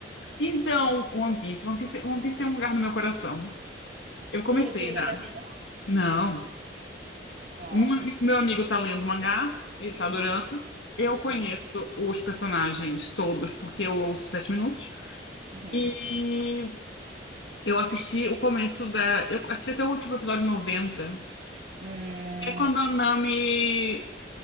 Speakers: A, on the left; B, on the right.
A: Então, One Piece, One Piece, One Piece tem um lugar no meu coração. Eu comecei
B: Tu, tu já
A: já.
B: terminou?
A: Não.
B: Ó.
A: Um, meu amigo tá lendo o mangá, ele tá adorando.
B: Hum,
A: Eu conheço
B: hum,
A: os personagens todos porque eu ouço Sete Minutos.
B: uhum.
A: E eu assisti o começo da. Eu assisti até o último episódio noventa
B: Hum.
A: É quando a Nami